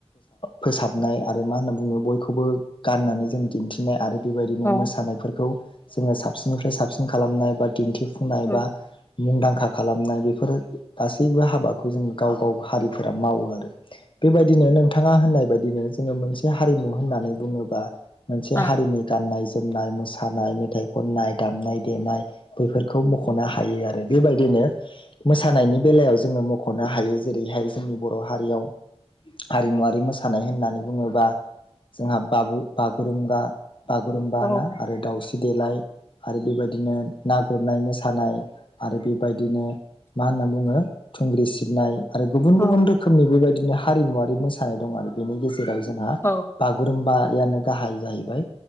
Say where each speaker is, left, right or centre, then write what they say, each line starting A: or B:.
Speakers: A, on the left; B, on the left.
A: फोसाबनाय आरो मा होनना बुङो बयखौबो गाननानै जों दिन्थिनाय आरो। बेबायदिनो
B: औ
A: मोसानायफोरखौ जोङो साबसिननिफ्राय साबसिन खालामनाय बा दिन्थिफुंनाय
B: औ
A: बा मुंदांखा खालामनाय बेफोरो गासैबो हाबाखौ जों गाव गाव हारि। मावो आरो बेबायदिनो नोंथाङा होननाय बायदिनो जोङो मोनसे हारिमु होननानै बुङोबा। मोनसे
B: ओ
A: हारिनि गाननाय जोमनाय मोसा मोसानाय मेथाइ खननाय दामनाय देनाय बैफोरखौ मख'नो हायो आरो बेबायदिनो। मोसानायनि बेलायाव जोङो मखनो हायो जेरैहाय जोंनि बर' हारियाव हारिमुवारि मोसानाय होननानै बुङोबा जोंहा बागुरुम बा। बागुरुम्बा
B: औ
A: ना आरो दाउस्रि देलाय। आरो बेबायदिनो ना गुरनाय मोसानाय आरो बेबायदिनो। मा होनना बुङो थुंग्रि सिबनाय आरो। गुबुन
B: औ
A: गुबुन रोखोमनि बेबायदिनो हारिमुवारि मोसानाय दं आरो बेनि गेजेराव जोंहा
B: औ
A: बागुरुम्बा यानो गाहाय जाहैबाय